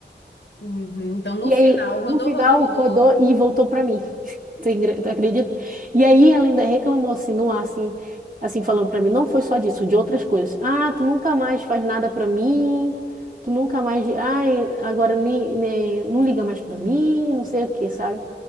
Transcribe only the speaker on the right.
E
aí, no
final,
rodou e voltou para mim. <laughs> Tu engra- tu acredita? E aí ela ainda reclamou assim, no ar, assim, assim falando para mim, não foi só disso, de outras coisas. Ah, tu nunca mais faz nada para mim. Tu nunca mais, ai, agora nem, nem- não liga mais para mim, não sei o que, sabe?